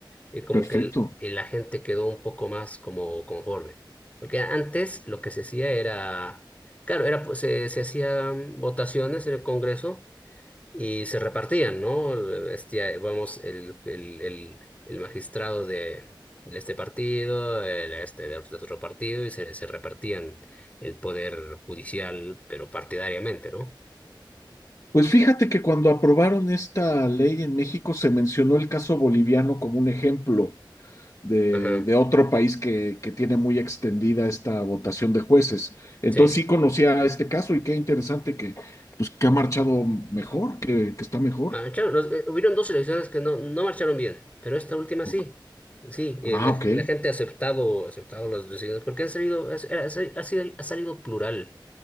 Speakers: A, on the left; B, on the left.
A: Y como
B: perfecto.
A: que el- el- la gente quedó un poco más como conforme. Porque antes lo que se hacía era, claro, era, pues, se, se hacían votaciones en el Congreso y se repartían, ¿no? Este, vamos, el, el, el, el magistrado de, de este partido, el este de otro de otro partido, y se, se repartían el poder judicial, pero partidariamente, ¿no?
B: Pues fíjate que cuando aprobaron esta ley en México se mencionó el caso boliviano como un ejemplo de,
A: Ajá,
B: de otro país que, que tiene muy extendida esta votación de jueces. Entonces
A: sí.
B: sí conocía este caso y qué interesante que, pues, que ha marchado mejor, que, que está mejor.
A: Marcharon, los- eh, hubieron dos elecciones que no, no marcharon bien, pero esta última
B: Ok.
A: sí. Sí, eh,
B: Ah,
A: la,
B: ok,
A: la gente ha aceptado, ha aceptado las decisiones porque han salido, es- ha, ha sido- ha salido plural,